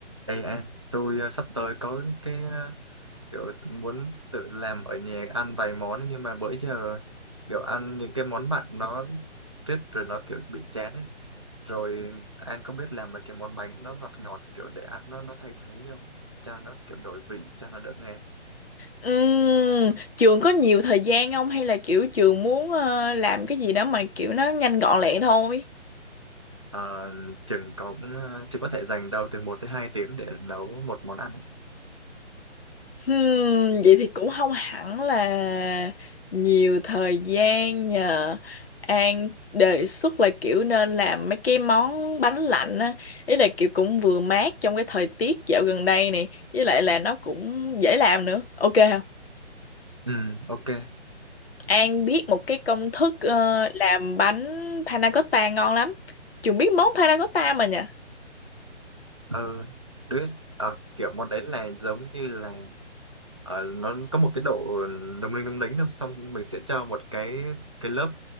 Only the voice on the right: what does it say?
Ê anh, tôi ờ, sắp tới có cái ờ, kiểu muốn tự làm ở nhà ăn vài món ấy, nhưng mà bữa giờ kiểu ăn những cái món mặn nó rít rồi nó kiểu bị chán ấy. Rồi anh có biết làm mấy cái món bánh nó ngọt ngọt kiểu để ăn nó nó thay thế không? Cho nó kiểu đổi vị, cho nó đỡ ngán.
Ờ, chừng có cũng ờ, chỉ có thể dành đâu từ một tới 2 tiếng để nấu một món ăn ấy.
Ừ, ok.
Ờ, đứa ờ, kiểu món đấy là giống như là Ờ, nó có một cái độ lung linh lung lính đâu xong mình sẽ cho một cái cái lớp